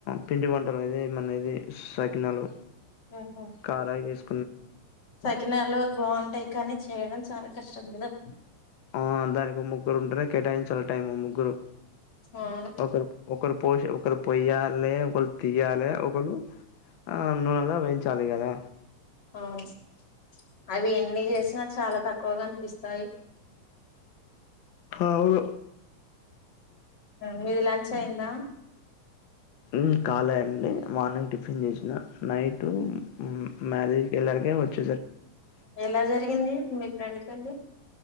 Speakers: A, on the left; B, on the left.
A: పిండి వంటలు అదే మన నీదే సాకినాలు
B: ఉహు
A: కారయి చేస్
B: సకినాలు బాగుంటాయి కానీ చేయడం చాలా కష్టం కదా.
A: ఆ దానికి ముగ్గురు ఉంటనే కేటాయించాలి టైమ్ ముగ్గురు
B: అవును
A: ఒకరు ఒక పోసు ఒక పొయ్యాలె ఒకలు తియాలే ఒకలు ఆ నునెలో వెంచాలి కదా
B: అవును అవి ఎన్ని చేసినా చాల తక్కువగా అనిపిస్తాయి
A: అవును
B: మి లంచ్ అయిందా
A: మ్ కాలే అండి మార్నింగ్ టిఫిన్ చేసిన నైట్టు మారేజ్ వెల్లాకే వచ్చిన
B: ఎలా జరిగింది మీ ఫ్రెండ్ పెళ్లి